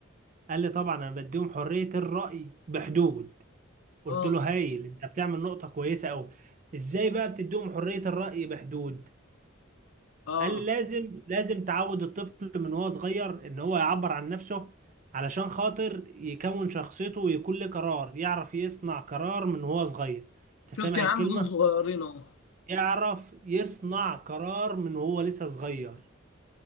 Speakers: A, on the right; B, on the left.
A: قال لي طبعا انا بديهم حرية الرأي بحدود قلت
B: اه
A: له هايل انت بتعمل نقطة كويسة قوي ازاي بقى بتديهم حرية الرأي بحدود
B: اه
A: قال لي لازم لازم تعود الطفل من وهو صغير ان هو يعبر عن نفسه علشان خاطر يكون شخصيته ويكون له قرار يعرف يصنع قرار من وهو صغير انت سامع
B: شفت يا عم
A: الكلمة
B: دول صغيرين اهو
A: يعرف يصنع قرار من وهو لسه صغير